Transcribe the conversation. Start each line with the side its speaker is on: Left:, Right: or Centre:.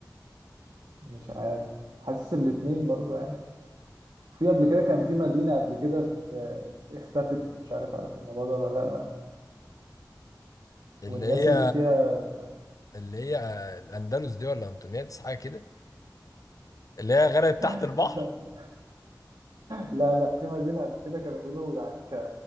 Right: مش عارف حاسس الاتنين برضو يعني في قبل كده كان في مدينة قبل كده في اختفت مش عارف عارف الموضوع ده ولا لا
Left: اللي
Right: والناس
Left: هي
Right: اللي فيها
Left: اللي هي الأندلس دي ولا أنتونيادس حاجة كده اللي هي غرقت تحت
Right: <laughs>
Left: البحر
Right: لا لا في مدينة قبل كده كانوا بيقولوا يعني ك...